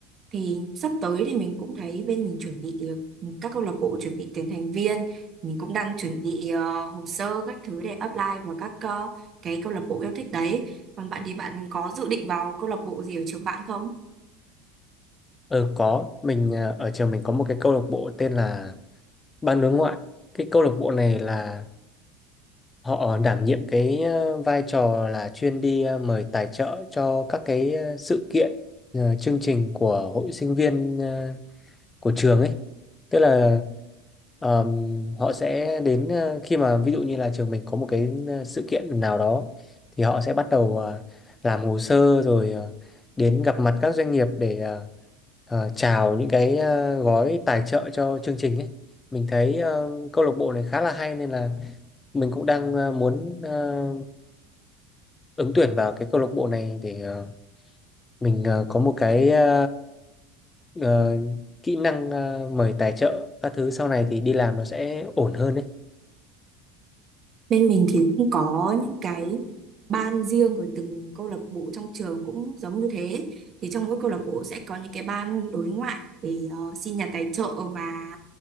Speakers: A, on the right (about 40°); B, on the left (about 20°).
A: thì sắp tới thì mình cũng thấy bên mình chuẩn bị ờ, các câu lạc bộ chuẩn bị tuyển thành viên mình cũng đang chuẩn bị ờ, hồ sơ các thứ để apply vào các ờ, cái câu lạc bộ yêu thích đấy còn bạn thì bạn có dự định vào câu lạc bộ gì ở trường bạn không
B: Ờ có, mình ờ, ở trường mình có một cái câu lạc bộ tên là Ban đối ngoại. Cái câu lạc bộ này là họ đảm nhiệm cái ờ, vai trò là chuyên đi ờ, mời tài trợ cho các cái ờ, sự kiện ờ, chương trình của hội sinh viên ờ, của trường ấy tức là ờm, họ sẽ đến ờ, khi mà ví dụ như là trường mình có một cái ờ, sự kiện nào đó thì họ sẽ bắt đầu ờ, làm hồ sơ rồi ờ, đến gặp mặt các doanh nghiệp để ờ, ờ, chào những cái ờ, gói tài trợ cho chương trình ấy mình thấy ờ, câu lạc bộ này khá là hay nên là mình cũng đang ờ, muốn ờ, ứng tuyển vào cái câu lạc bộ này để ờ, mình ờ, có một cái ờ, ờ, kỹ năng ờ, mời tài trợ các thứ sau này thì đi làm nó sẽ ổn hơn đấy.
A: Bên mình thì cũng có những cái ban riêng của từng câu lạc bộ trong trường cũng giống như thế. Thì trong mỗi câu lạc bộ sẽ có những cái ban đối ngoại để ờ, xin nhà tài trợ và